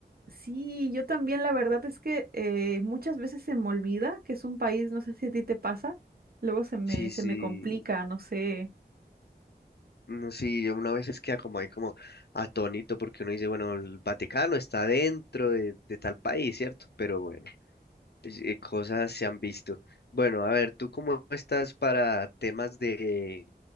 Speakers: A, on the right; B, on the left.
A: Sí, yo también, la verdad es que eh, muchas veces se me olvida que es un país, no sé si a ti te pasa, luego se me,
B: Sí,
A: se
B: sí,
A: me complica, no sé.
B: Mm, Sí, yo una vez es queda como ahí como atónito porque uno dice, bueno, el Vaticano está dentro de, de tal país, ¿cierto? Pero bueno, es- eh, cosas se han visto. Bueno, a ver, ¿tú cómo estás para temas de,